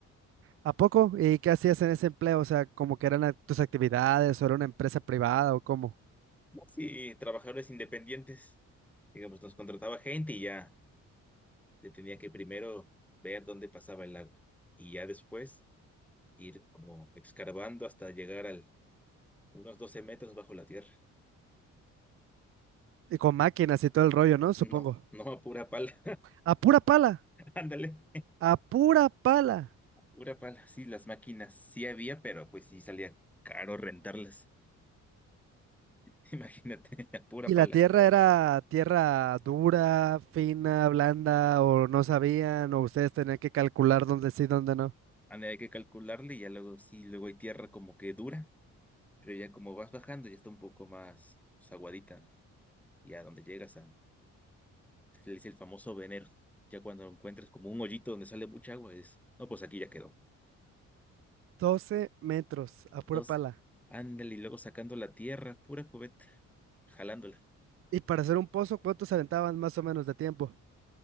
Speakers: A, on the right; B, in the centre.
A: ¿A poco? ¿Y qué hacías en ese empleo? O sea, como que eran a- tus actividades o era una empresa privada o cómo.
B: Sí, trabajadores independientes. Digamos, nos contrataba gente y ya. se tenía que primero ver dónde pasaba el agua y ya después ir como excavando hasta llegar al unos 12 metros bajo la tierra.
A: Y con máquinas y todo el rollo, ¿no?
B: No,
A: Supongo.
B: no, a pura pala,
A: A pura pala,
B: <laughs> ándale,
A: a pura pala.
B: a pura pala. Sí, las máquinas sí había, pero pues sí salía caro rentarlas. <laughs> Imagínate, a pura
A: Y
B: pala.
A: la tierra era tierra dura, fina, blanda, o no sabían, o ustedes tenían que calcular dónde sí, dónde no.
B: Ándale, hay que calcularle y ya luego sí, luego hay tierra como que dura, pero ya como vas bajando ya está un poco más pues, aguadita. ¿no? Y a donde llegas a Le dice el famoso venero. Ya cuando encuentres como un hoyito donde sale mucha agua, es, no, pues aquí ya quedó.
A: Doce metros, a pura
B: Dos,
A: pala.
B: ándale y luego sacando la tierra, pura cubeta, jalándola.
A: Y para hacer un pozo, ¿cuántos aventaban más o menos de tiempo?